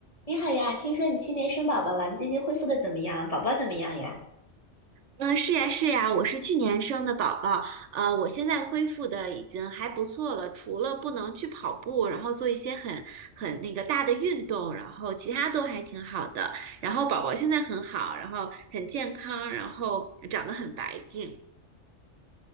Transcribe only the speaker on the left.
你好呀，听说你去年生宝宝了，你最近恢复的怎么样？宝宝怎么样呀？